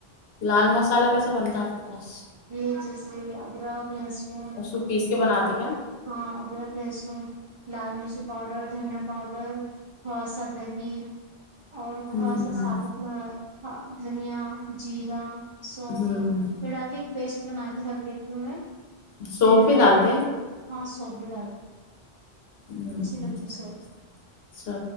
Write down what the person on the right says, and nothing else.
یہ جیسے ادرک لہسن
اور
ہاں ادرک لہسن لال مرچی پاؤڈر دھنیا پاؤڈر تھوڑا سا دہی اور تھوڑا
سا سابوت م م دھنیا جیرا سونف
پھر ڈال کے ایک پیسٹ بنا کے رکھ لیتی ہوں میں
پھر
ہاں سوپ بھی ڈال
اچھی لگتی سوپ